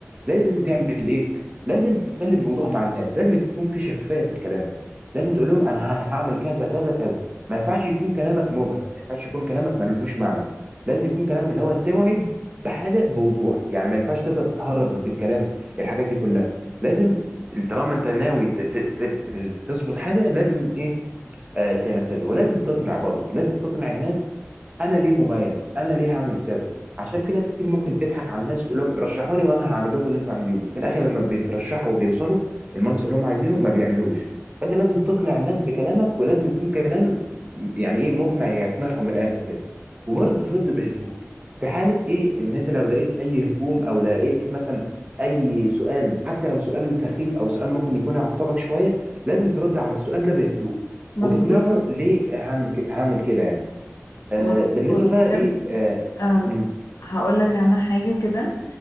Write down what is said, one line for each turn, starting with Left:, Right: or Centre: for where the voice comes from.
Right: لازم تعمل ايه لازم تتكلم بوضوح مع الناس لازم يكون في شفافية في الكلام لازم تقول لهم انا ه- هعمل كذا كذا كذا ما ينفعش يكون كلامك مبهم ما ينفعش يكون كلامك ملوش معنى لازم يكون كلامك اللي هو توعد بحاجة بوضوح يعني ما ينفعش تفضل تتهرب بالكلام الحاجات دي كلها لازم طالما انت ناوي ت- ت- ت- ت- تظبط حاجة لازم ايه آه، تنفذها ولازم تقنع برضو لازم تقنع الناس انا ليه مميز انا ليه هعمل كذا عشان في ناس كتير ممكن تضحك على الناس تقول لهم رشحوني وانا هعمل لكم اللي انتوا عايزينه في الاخر لما بيترشحوا وبيوصلوا المنصب اللي هم عايزينه ما بيعملوش فانت لازم تقنع الناس بكلامك ولازم يكون كلام يعني ايه مقنع يقنعهم من الاخر كده وبرضه ترد بهدوء في حالة ايه ان انت لو لقيت اي هجوم او لقيت مثلا اي سؤال حتى لو سؤال سخيف او سؤال ممكن يكون يعصبك شوية لازم ترد على السؤال ده بهدوء
Left: مظبوط
Right: وتقنعه
Left: آه،
Right: ليه هعمل ك- هعمل كده يعني آه
Left: مظبوط
Right: بالنسبه بقى
Left: مهم
Right: ايه آه
Left: آم،
Right: م-
Left: هقول لك انا حاجة كده